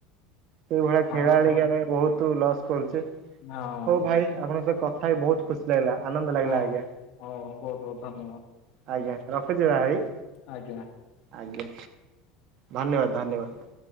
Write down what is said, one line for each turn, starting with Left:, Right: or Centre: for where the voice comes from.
Right: ସେଇଭଳିଆ
Left: ହଁ
Right: ଖେଳାଳିକୁ
Left: ହଁ
Right: ଆମେ ବହୁତ ଲସ୍ କରୁଚେ
Left: ହଁ
Right: ହଉ ଭାଇ ଆପଣଙ୍କ ସହିତ କ କଥା ହେଇକି ବହୁତ ଖୁସି ଲାଗିଲ ଆନନ୍ଦ ଲାଗଲା
Left: ହଉ
Right: ଆଜ୍ଞା।
Left: ହଉ ବହୁତ ବହୁତ ଧନ୍ୟବାଦ ହଉ
Right: ଆଜ୍ଞା ରଖୁଚି ଭାଇ।
Left: ଆଜ୍ଞା।
Right: ଆଜ୍ଞା ଧନ୍ୟବାଦ ଧନ୍ୟବାଦ।